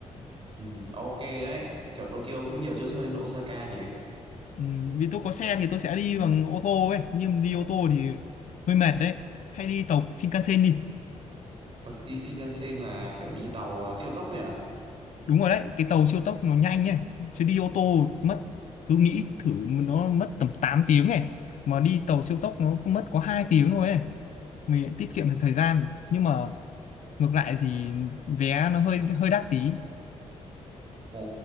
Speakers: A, on the right (about 45°); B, on the left (about 70°).
A: Ừ, ok đấy, kiểu Tokyo cũng nhiều chỗ chơi hơn Osaka nhỉ.
B: ừ, vì tôi có xe thì tôi sẽ đi bằng ô tô ấy nhưng đi ô tô thì hơi mệt đấy hay đi tàu Shinkansen đi
A: Còn Đi Shinkansen là kiểu đi tàu ờ, siêu tốc ấy à?
B: đúng rồi đấy cái tàu siêu tốc nó nhanh ấy chứ đi ô tô mất cứ nghĩ thử nó mất tầm 8 tiếng này mà đi tàu siêu tốc nó cũng mất có 2 tiếng thôi ấy mình lại tiết kiệm được thời gian nhưng mà ngược lại thì vé nó hơi hơi đắt tí
A: Ồ,